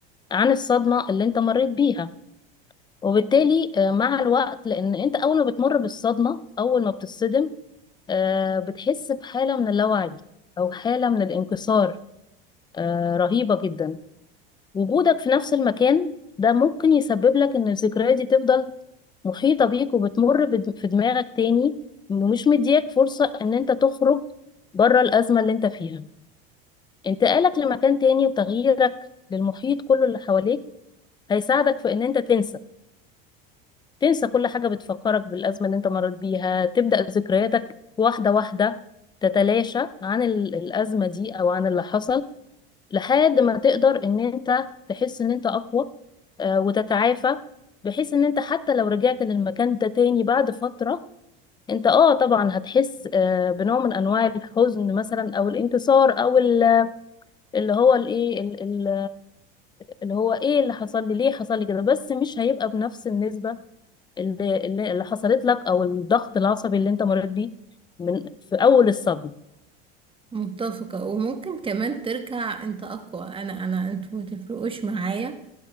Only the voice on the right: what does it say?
متفقة وممكن كمان ترجع انت اقوى انا انا انتوا ما تفرقوش معايا